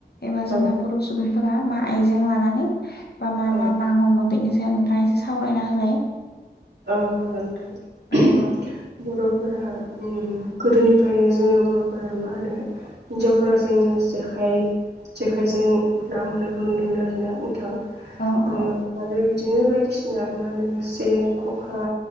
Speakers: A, on the left; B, on the right.
A: एबा जोंना
B: औ
A: बर' सुबुं मा आइजों लानानै बा मा
B: औ
A: मा ना हमो बेनि स नोंथाङा एसे सावरायना होलाय
B: औ हागोनथ'
A: औ औ
B: बर'फोरा गोदोनिफ्रायनो जोङो बर'फोरा मा होनो हिन्जावफोरा जोङो जेखाइ जेखाइजों ना हमनायखौ नुनो मोनो आर ना नोंथां
A: औ औ
B: आरो बिदिनो बायदिसिना मा होनो सेन खखा